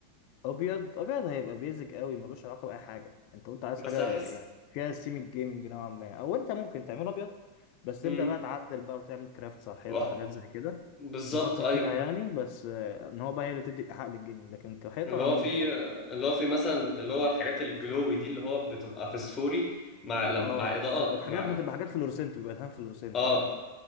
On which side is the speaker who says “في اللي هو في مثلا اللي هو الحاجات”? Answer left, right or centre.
Left